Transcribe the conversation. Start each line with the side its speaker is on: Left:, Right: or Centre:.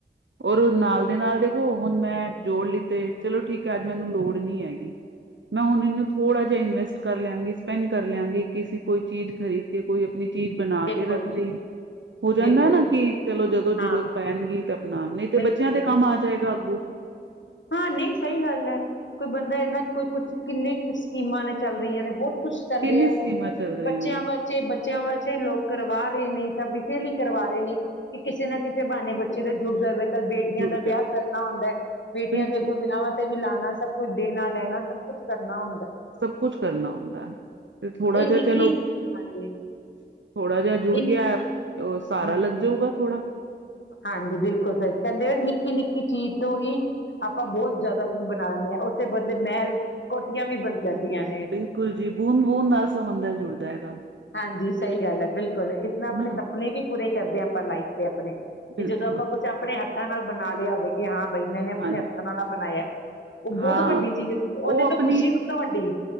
Right: ਓਰ ਓ ਨਾਲ ਦੇ ਨਾਲ ਦੇਖੋ ਹਨ ਮੈਂ,, ਜੋੜ ਲਿੱਤੇ ਚਲੋ ਠੀਕ ਐ ਅੱਜ ਮੈਨੂੰ ਲੋੜ ਨਈ ਹੈਗੀ। ਮੈਂ ਹੂਨ <unintelligible> ਥੋੜਾ ਜੇਆ ਇਨਵੈਸਟ ਕਰ ਲੇਆਂਗੀ ਸਪੈਂਡ ਕਰ ਲੇਆਂਗੀ, ਕਿਸੇ ਕੋਈ ਚੀਜ ਖ਼ਰੀਦ ਕੇ ਕੋਈ ਅਪਨੀ ਚੀਜ ਬਨਾ
Left: ਬਿਲਕੁਲ,
Right: ਕੇ ਰੱਖ ਲਈ। ਹੋ ਜਾਂਦੈ
Left: ਬਿਲਕੁਲ
Right: ਨਾ ਕਿ ਚਲੋ ਜਦੋ ਜੂਰਤ
Left: ਹਾਂ,
Right: ਪੈਨਗੀ ਤੇ ਅਪਨਾ, ਨਈ ਤੇ
Left: ਬਿਲਕੁਲ,
Right: ਬੱਚੇਆਂ ਦੇ
Left: ਬਿਲਕੁਲ।
Right: ਕੰਮ ਆ ਜਾਏ ਜਾਗੂ
Left: ਹਾਂ ਨਹੀਂ ਸਹੀ ਗੱਲ ਏ ਕੋਈ ਬੰਦਾ ਇਹਨਾਂ ਕੋਈ ਕੁਛ ਕਿੰਨੇ ਕੁ ਸਕੀਮਾਂ ਨੇ ਚੱਲ ਰੀਆਂ ਨੇ ਬਹੁਤ ਕੁਛ ਕਰਦਿਆ
Right: ਕਿੰਨੀ ਸਕੀਮਾਂ
Left: ਕੁਛ,
Right: ਚੱਲ ਰਹੀਆਂ
Left: ਬੱਚਿਆਂ
Right: ਨੇ
Left: ਬਚੇ ਬੱਚਿਆਂ ਵਸਤੇ ਲੋਕ ਕਰਵਾ ਰੇ ਨੇ ਸਬ ਇਸੇ ਲਈ ਕਰਵਾ ਰੇ ਨੇ ਕਿ ਕਿਸੇ ਨਾ ਕਿਸੇ ਬਹਾਨੇ ਬੱਚੇ ਦਾ ਜੁੜਦਾ ਵੇ ਕਲ ਬੇਟੀਆਂ
Right: ਜੁੜ
Left: ਦਾ ਵਿਆਹ
Right: ਜਾਵੇ
Left: ਕਰਨਾ ਹੌੰਦਾ ਏ ਬੇਟੀਆਂ
Right: ਬਿਲਕੁਲ
Left: ਦੇ ਅੱਗੋਂ ਵਿਆਵਹਾਂ ਤੇ ਵੀ ਲਾਣਾ ਸਭ ਕੁੱਛ ਦੇਣਾ ਲੈਣਾ ਸਭ ਕੁੱਛ ਕਰਨਾ ਹੁੰਦ
Right: ਸਭ ਕੁਛ ਕਰਨਾ ਹੁੰਦਾ ਹੈ, ਤੇ ਥੋੜਾ
Left: ਇਹ
Right: ਜਿਹਾ
Left: ਨਿੱਕੀ
Right: ਚਲੋ,
Left: ਹਾਂਜੀ
Right: ਥੋੜਾ ਜਿਹਾ ਜੁੜ
Left: ਇਹ
Right: ਗਿਆ ਓਹ ਸਾਹਰਾ
Left: ਨਿ
Right: ਲੱਗ ਜਊਗਾ ਥੋੜਾ
Left: ਹਾਂਜੀ ਬਿਲਕੁਲ ਸਹੀ, ਕਹਿੰਦੇ ਆ ਨਿੱਕੀ ਨਿੱਕੀ ਚੀਜ ਤੋਂ ਹੀ ਆਪਾਂ ਬਹੋਤ ਜਿਆਦਾ ਕੁੱਛ ਬਣਾ ਲੈਣੇ ਆ ਤੇ ਬੰਦੇ ਮਹਿਲ ਕੋ ਯਾਵੀ ਬਣ ਜਾਂਦੀਆਂ ਨੇ
Right: ਬਿਲਕੁਲ ਜੀ ਬੂੰਦ ਬੂੰਦ ਨਾਲ ਸਮੁੰਦਰ ਜੁੜ ਜਾਏਗਾ
Left: ਹਾਂਜੀ ਸਹੀ ਗੱਲ ਏ ਬਿਲਕੁਲ ਇਸ ਨਾਲ
Right: ਹੈ
Left: ਆਪਣੇ
Right: ਨਾ
Left: ਸਪਨੇ ਵੀ ਪੂਰੇ ਕਰਦੇਆ ਆਪਾਂ ਲਾਈਫਤੇ ਅਪਨੇ ਕਿ
Right: ਬਿਲਕੁਲ
Left: ਜਦੋਂ ਆਪਾਂ ਕੁਛ ਆਪਣੇ ਹੱਥਾਂ ਨਾਲ ਬਣਾ ਲਿਆ ਹੋਵੇ ਕਿ ਹਾਂ ਭਈ ਮੇਨੇ ਆਪਣੇ
Right: ਹਾਂਜੀ
Left: ਹੱਥਾਂ ਨਾਲ ਆ ਬਨਾਯਾ ਓਹ
Right: ਹਾਂ
Left: ਬਹੁਤ ਵੱਡੀ ਚੀਜ਼ ਹੈ ਓੰਦੇ
Right: ਉਹ ਆਪਣੀ
Left: ਤੋ ਖੁਸ਼ੀ ਉਸ ਤੋਂ ਵੱਡੀ